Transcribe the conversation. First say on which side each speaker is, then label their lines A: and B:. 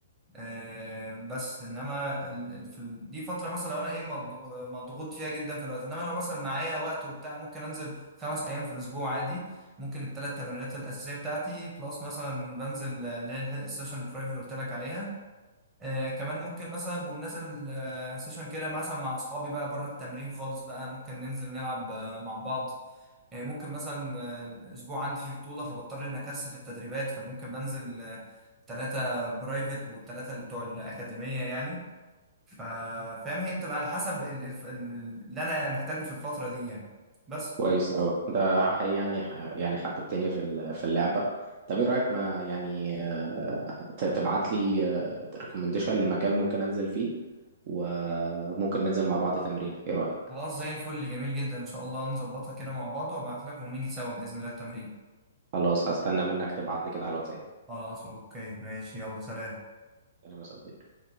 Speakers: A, on the right (about 15°); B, on the right (about 45°).
A: آه، بس انما ال- ال- في ال- دي فتره مثلا لو انا ايه مضغ- مضغوط فيها جدا في الوقت انما لو مثلا معايا وقت وبتاع ممكن انزل خمس ايام في الاسبوع عادي ممكن الثلاث تمرينات الاساسيه بتاعتي بلس مثلا بنزل آه، اللي هي الح- السيشن البرايفت اللي قلت لك عليها آه كمان ممكن مثلا بمناسبة آه سيشن كده مثلا مع أصحابي بقى بره التمرين خالص بقى ممكن ننزل نلعب آه مع بعض يعني ممكن مثلا آه الأسبوع عندي فيه بطولة فبضطر إن أكثف التدريبات فممكن بنزل آه تلاتة برايفت والتلاتة اللي بتوع الأكاديمية يعني ف- فاهم هي بتبقى على حسب ال- ال- ال- اللي أنا محتاجه في الفترة دي يعني بس
B: كويس أوي أنت حقيقي يعني ح- يعني حببتني في ال- في اللعبة طب إيه رأيك ما يعني آه، ت- تبعت لي ريكومنديشن لمكان ممكن أنزل فيه وممكن ننزل مع بعض تمرين إيه رأيك؟
A: خلاص زي الفل جميل جدا إن شاء الله نظبطها كده مع بعض وأبعت لك ونيجي سوا بإذن الله التمرين
B: خلاص هستنى منك تبعت لي كده على الواتساب
A: خلاص أوكي ماشي يلا سلام
B: سلام يا صديقي